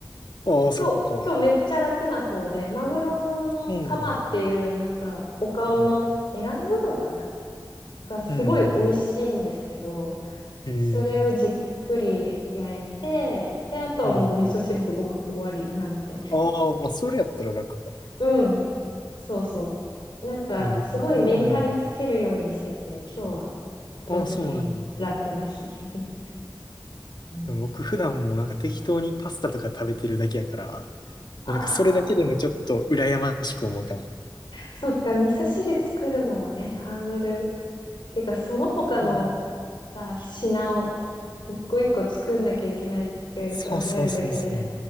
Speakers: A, on the left; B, on the left.
A: ああ、そっか。
B: 今日、今日めっちゃ楽な方で、マグロのカマっていうなんかお顔のエラの部分かな
A: うん。うん。
B: がすごい美味しいんですけど、
A: うん。ええ
B: それをじっくり焼いて、で、あとはもう味噌汁とご飯終わりなので。
A: うん。ああ、まあ、それやったら楽か。
B: うん。そうそう。なんか、
A: うん僕、
B: すごいメリハリつけるようにしてて、
A: うん。
B: 今日は圧
A: ああ、
B: 倒的に楽な日。
A: そうなんだ。
B: <laughs> うん
A: でも僕普段もうなんか適当にパスタとか食べてるだけやから、
B: ああ、
A: もうなんかそれだけでもちょっと羨ましく思うかな。
B: そっか、味噌汁作るのもね、ハードル。てか、その他のさ、
A: うん。
B: 品を一個一個作んなきゃいけないって考えるだけで、
A: そうそうそうそう。